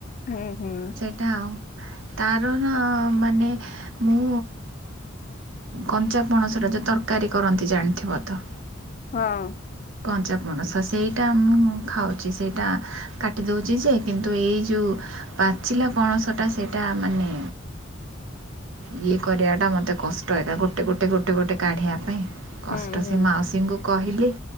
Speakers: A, on the left; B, on the right.
A: ହୁଁ ହୁଁ
B: ସେଇଟା ଆଉ। ତାର ନା ମାନେ ମୁଁ କଞ୍ଚା ପଣସ ଟା ଆ ଯେଉଁ ତରକାରୀ କରନ୍ତି ଜାଣିଥିବ ତ।
A: ହଁ।
B: କଞ୍ଚା ପଣସ ସେଇଟା ମୁଁ ଖାଉଛି ସେଇଟା କାଟି ଦେଉଛି ଯେ କିନ୍ତୁ ଏଇ ଯେଉଁ ପାଚିଲା ପଣସଟା ସେଇଟା ମାନେ ଇଏ କରିବାଟା ମୋତେ କଷ୍ଟ ଏକା ଗୋଟେ ଗୋଟେ ଗୋଟେ ଗୋଟେ କାଢ଼ିବା ପାଇଁ କଷ୍ଟ
A: ହୁଁ ହୁଁ
B: ସେ ମାଉସୀଙ୍କୁ କହିଲି।